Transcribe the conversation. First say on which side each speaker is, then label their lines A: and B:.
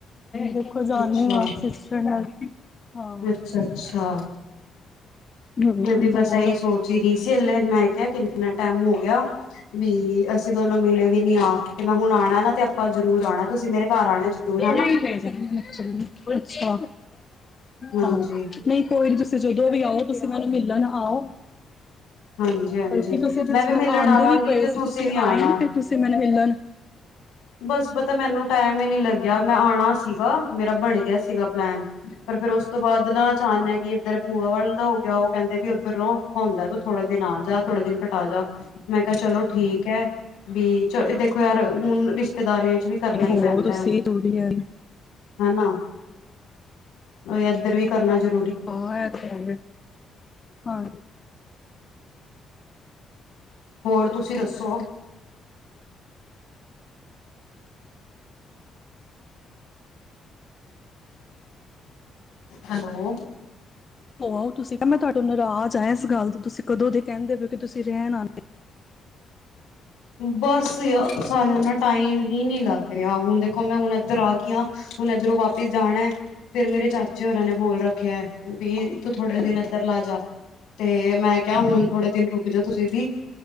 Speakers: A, on the left (about 30°); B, on the left (about 85°).
A: ਦੇਖੋ ਜਾਨੀ
B: ਅੱਛਾ
A: ਆ ਸਿਸਟਰ ਨਾਲ ਹਾਂ।
B: ਅੱਛਾ-ਅੱਛਾ
A: ਹੂੰ
B: ਮੈਂ ਵੀ ਬਸ
A: ਹੋਰ
B: ਇਹੀ ਸੋਚ ਹੀ ਰਹੀ ਸੀ ਹਲੇ ਮੈਂ ਕਿਹਾ ਕਿ। ਇੰਨਾ ਟਾਈਮ ਹੋ ਗਿਆ ਵੀ। ਅਸੀਂ ਦੋਨੋਂ ਮਿਲੇ ਵੀ ਨੀ ਆ, ਤੇ ਮੈਂ ਹੁਣ ਆਣਾ ਨਾ ਤੇ ਆਪਾਂ ਜ਼ਰੂਰ ਆਣਾ, ਤੁਸੀਂ ਮੇਰੇ ਘਰ ਆਣਾ ਜ਼ਰੂਰ ਹੈ ਨਾ।
A: ਨਹੀਂ ਭੇਜਣਾ। ਅੱਛਾ
B: ਹਾਂਜੀ
A: ਹਾਂ ਨਹੀਂ ਕੋਈ ਨੀ ਤੁਸੀਂ। ਜਦੋਂ ਵੀ ਆਓ ਤੁਸੀਂ ਮੈਨੂੰ ਮਿਲਣ ਆਓ।
B: ਹਾਂਜੀ ਹਾਂਜੀ
A: ਬਲਕਿ ਤੁਸੀਂ ਪਿੱਛੇ
B: ਮੈਂ ਵੀ ਮਿਲਣ
A: ਆਂਦੇ
B: ਆਵਾਂਗੀ
A: ਵੀ ਪਏ
B: ਤੇ
A: ਸੀ ਤੁਸੀਂ
B: ਵੀ
A: ਆਏ
B: ਆਉਣਾ
A: ਨ ਫਿਰ ਤੁਸੀਂ ਮੈਨੂੰ ਮਿਲਣ।
B: ਬਸ ਪਤਾ ਮੈਨੂੰ। ਟਾਈਮ ਹੀ ਨੀ ਲੱਗਿਆ ਮੈਂ ਆਣਾ ਸੀਗਾ, ਮੇਰਾ ਬਣ ਗਿਆ ਸੀਗਾ ਪਲੈਨ ਪਰ ਫੇਰ ਉਸ ਤੋਂ ਬਾਅਦ ਨਾ ਅਚਾਨਕ। ਆਣਾ ਕਿ ਇੱਧਰ ਭੂਆ ਵੱਲ ਦਾ ਹੋ ਗਿਆ ਉਹ ਕਹਿੰਦੇ ਵੀ ਉਦਰੋ ਉਹ ਔਖਾ ਹੁੰਦਾ ਤੇ ਥੋੜੇ ਦਿਨ ਆ ਜਾ, ਥੋੜੇ ਦਿਨ ਕਟਾ ਜਾ। ਮੈਂ ਕਿਹਾ ਚਲੋ ਠੀਕ ਹੈ, ਬਾਈ ਚਲ ਦੇਖੋ ਯਾਰ ਹੁਣ ਰਿਸ਼ਤੇਦਾਰੀ। ਵੀ ਕਰਨਾ ਹੀ
A: ਹੋ
B: ਪੈਂਦਾ
A: ਤੁਸੀਂ
B: ਹੈ ਹੁਣ।
A: ਦੂਰੀ ਹੈ
B: ਹਨਾ ਇਹ ਏਧਰ ਵੀ ਕਰਨਾ ਜਰੂਰੀ।
A: <unintelligible> ਹਾਂ।
B: ਹੋਰ ਤੁਸੀਂ ਦੱਸੋ? ਹੈਲੋ।
A: ਹੋ ਆਉ ਤੁਸੀਂ ਕੇ ਮੈਂ ਤੁਹਾਡੇ ਤੋ ਨਾਰਾਜ਼ ਆ ਇਸ ਗੱਲ ਤੋਂ ਤੁਸੀਂ ਕਦੋਂ ਦੇ ਕਹਿੰਦੇ ਪਏ ਕਿ ਤੁਸੀਂ ਰਹਿਣ ਆਣ।
B: ਬਸ ਯਾਰ, ਸਾਨੂੰ ਨਾ ਟਾਈਮ ਹੀ ਨੀ ਲੱਗ ਰਿਹਾ। ਹੁਣ ਦੇਖੋ ਮੈਂ ਹੁਣ ਇੱਧਰ ਆ ਗਈ ਆ। ਹੁਣ ਇਧਰੋਂ ਵਾਪਿਸ ਜਾਣਾ ਫੇਰ ਮੇਰੇ ਚਾਚੇ ਹੋਰਾਂ ਨੇ ਬੋਲ ਰੱਖਿਆ ਬਈ। ਤੂੰ ਥੋੜੇ ਦਿਨ ਇੱਧਰ ਲਾ ਜਾ ਤੇ ਮੈਂ ਕਿਹਾ ਹੁਣ ਥੋੜੇ ਦਿਨ ਰੁਕ ਜਾਓ ਤੁਸੀਂ ਵੀ।